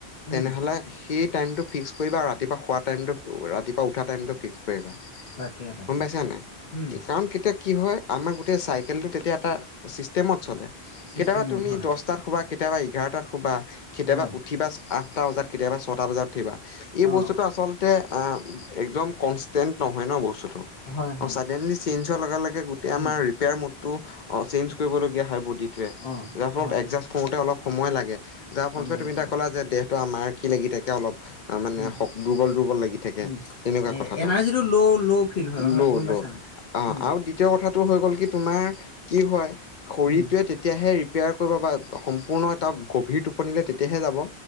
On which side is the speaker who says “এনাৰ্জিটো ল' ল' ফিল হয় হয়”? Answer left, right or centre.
Left